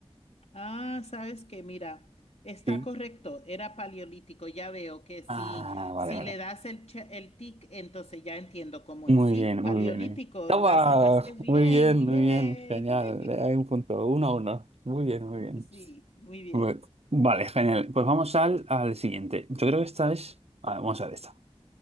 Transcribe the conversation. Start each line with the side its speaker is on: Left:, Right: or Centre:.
Left: Ah, sabes que mira, está
Right: Sí.
Left: correcto, era paleolítico. Ya veo que si,
Right: Ah, vale,
Left: si
Right: vale.
Left: le das el, che- el tic, entonces ya entiendo cómo
Right: Muy
Left: es. Sí,
Right: bien, muy
Left: paleolítico,
Right: bien. eh. Toma,
Left: la sacaste bien.
Right: muy bien,
Left: ¡Yay!
Right: muy bien, genial. Hay un punto,
Left: <laughs>
Right: uno a uno. Muy bien, muy bien.
Left: Sí, muy bien.
Right: Bu- Vale, genial. Pues vamos al, al siguiente. Yo creo que esta es. a ver, vamos a ver esta.